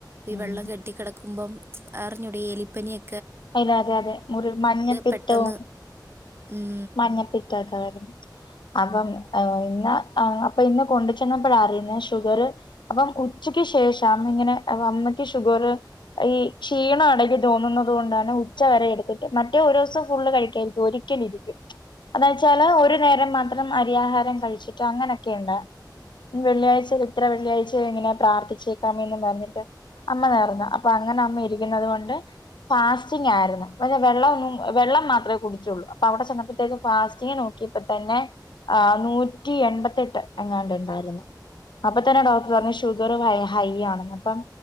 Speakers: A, on the right (about 30°); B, on the left (about 80°).
A: ഈ
B: ഉം
A: വെള്ളം കെട്ടിക്കിടക്കുമ്പോ അറിഞ്ഞുടെ ഈ ഏലിപ്പനിയൊ
B: അതെ അതെ അതെ മുറി മഞ്ഞപ്പിത്തവും
A: പെട്ടെന്ന് ഉം,
B: മഞ്ഞപ്പിത്ത ഒക്കെ <inaudible> അപ്പം ഇന്ന് ആ അപ്പൊ ഇന്ന് കൊണ്ട് ചെന്നപ്പോയാ അറിയുന്നേ ഷുഗർ അപ്പം ഉച്ചയ്ക്ക് ശേഷം അന്ന് ഇങ്ങനെ അമ്മയ്ക്ക് ഷുഗർ ഈ ക്ഷീണം ഇടക് തോന്നുന്ന് അതുകൊണ്ടാണ് ഉച്ച വരെ എടുത്തിട്ട് മറ്റേ ഒരു ദിവസം ഫുള്ള് കഴിക്കായിരിക്കും ഒരിക്കല് ഇരിക്കും അതാെച്ചാല് ഒരു നേരം മാത്രം അരിയാഹാരം കഴിച്ചിട്ട് അങ്ങനൊക്കെ ഉണ്ട് വെള്ളിയാഴ്ച ഇത്ര വെള്ളിയാഴ്ച ഇങ്ങനെ പ്രാർത്ഥിച്ചേക്കാന്ന് പറഞ്ഞിട്ട് അമ്മ നേർന്ന് അപ്പൊ അങ്ങനെ അമ്മ ഇരിക്കുന്നത് കൊണ്ട് ഫാസ്റ്റിംങ്ങ് ആയിരുന്നു പക്ഷേ വെള്ളം വെള്ളം മാത്രമേ കുടിച്ചുള്ളൂ അപ്പൊ അവിടെ ചെന്നപ്പോഴത്തേക്ക് ഫാസ്റ്റിങ് നോക്കിയപ്പോ തന്നെ ആ നൂറ്റി എൺപത്തെട്ട് എങ്ങാനുണ്ടായിരുന്നു അപ്പൊ തന്നെ ഡോക്ടർ
A: ഓ
B: പറഞ്ഞ് ഷുഗർ ഹൈ ആണ്ന്ന് അപ്പം